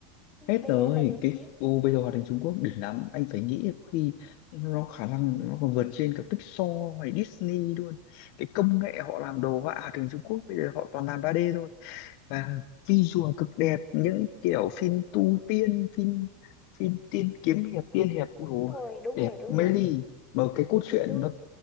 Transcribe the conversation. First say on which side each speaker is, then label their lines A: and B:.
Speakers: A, on the left (about 15°); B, on the left (about 60°).
A: Ừ,
B: Hết
A: Bây
B: rồi
A: giờ nó lại ngừng
B: cái
A: chiếu
B: ô bây giờ hoạt hình Trung Quốc đỉnh lắm anh phải nghĩ có khi nó khả năng nó còn vượt trên cả Pixar hay Disney luôn cái công nghệ họ làm đồ họa hoạt hình Trung Quốc bây giờ họ toàn làm 3D thôi và visual cực đẹp những kiểu phim tu tiên phim phim tiên kiếm hiệp tiên hiệp ui dồi,
A: Ôi, đúng
B: đẹp
A: rồi, đúng
B: mê
A: rồi,
B: ly mà cái cốt truyện
A: đúng
B: nó
A: rồi.